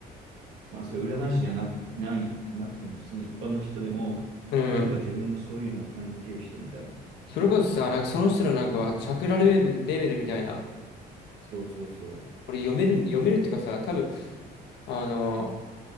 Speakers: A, on the right; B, on the left.
A: まあ、それ占い師じゃな、ない、なくても普通の一般の人でも、
B: うん。
A: なんか自分のそういうのを感づける人みたいな。
B: それこそさ、なんかその人のなんかはチャクラレベル、レベルみたいな、
A: そうそうそ
B: これ読める、読めるっていうかさ、多分、あのー